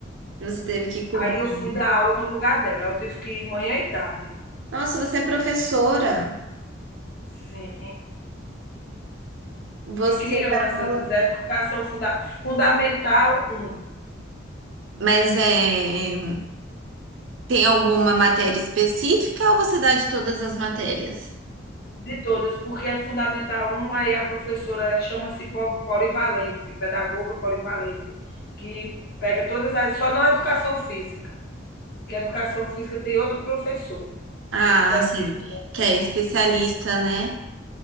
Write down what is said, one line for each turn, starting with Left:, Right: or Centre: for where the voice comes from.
Right: Você teve que cobrir.
Left: aí eu fui dar aula no lugar dela. Eu tive que ir manhã e tarde.
Right: Nossa, você é professora.
Left: Sim.
Right: Você
Left: De crianças,
Right: dá aula.
Left: educação funda... fundamental um
Right: Mas é. Tem alguma matéria específica ou você dá de todas as matérias?
Left: De todas, porque é fundamental um, aí a professora chama-se po- polivalente, pedagoga polivalente, que pega todas as. Só não a educação física, que a educação física tem outro professor
Right: Ah,
Left: específico
Right: sim, que
Left: da
Right: é
Left: educação
Right: especialista,
Left: física.
Right: né?